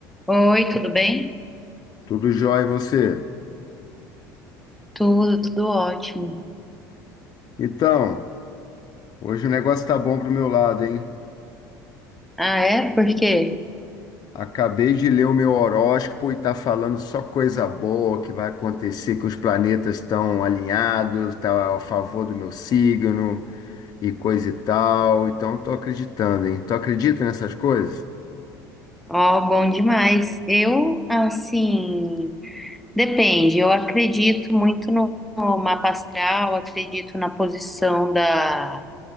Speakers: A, in the centre; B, on the left.
A: Oi, tudo bem?
B: Tudo jóia e você?
A: Tudo, tudo ótimo.
B: Então, hoje o negócio tá bom pro meu lado, hein?
A: Ah, é? Por quê?
B: Acabei de ler o meu horóscopo e tá falando só coisa boa que vai acontecer, que os planetas estão alinhados, tá a favor do meu signo e coisa e tal. Então, tô acreditando, hein? Tu acredita nessas coisas?
A: Ó, bom demais. Eu, assim, depende. Eu acredito muito no no mapa astral, acredito na posição da,